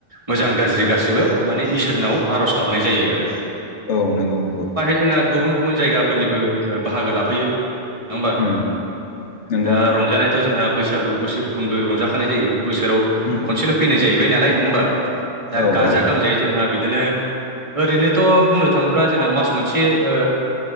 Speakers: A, on the right; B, on the left.
A: मोजां गाज्रि गासैबो माने इसोरनाव आर'ज गाबनाय जायो आरो।
B: औ नंगौ नंगौ।
A: जोङो गुबुन गुबुन जायगाफोरनिबो ओ बाहागो लाफैयो। नङा होमबा
B: उम नंगौ
A: दा रंजानायाथ' जोंहा बैसागु बोसोरफ्रोमबो रंजाखानाय जायो बोसोराव
B: उम
A: खनसेल' फैनाय जाहैबाय नालाय नङा होमबा
B: औ
A: दा
B: औ
A: गाजा गोमजायै जोंहा बिदिनो ओरैनोथ' बुंनो थाङोब्ला जोंहा मास मोनसे ओ